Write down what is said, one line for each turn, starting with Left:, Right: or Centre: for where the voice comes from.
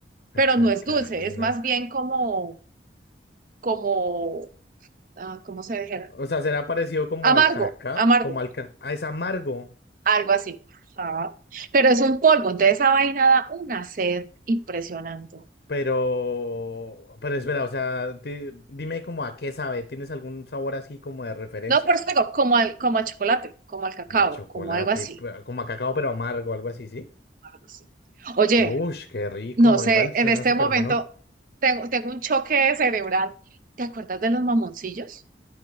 Left: la
Right: pero
Left: chancarina.
Right: no es dulce, es más bien como, como, ah, ¿cómo se dijera?
Left: O sea, será parecido como
Right: Amargo,
Left: al cacao,
Right: amargo,
Left: como al ca... ah, es amargo,
Right: algo así. Ah, pero es un polvo, entonces esa vaina da una sed impresionante.
Left: pero... Pero espera, o sea, di- dime como a qué sabe. ¿Tienes algún sabor así como de referencia?
Right: No, pero es que digo, como al, como al chocolate, como al cacao,
Left: Como a chocolate,
Right: como algo así.
Left: pe- como a cacao, pero amargo, algo así, ¿sí?
Right: algo así. Oye,
Left: Uy, qué rico,
Right: no sé,
Left: igual suena
Right: en este
Left: súper
Right: momento
Left: bueno.
Right: tengo, tengo un choque cerebral. ¿Te acuerdas de los mamoncillos?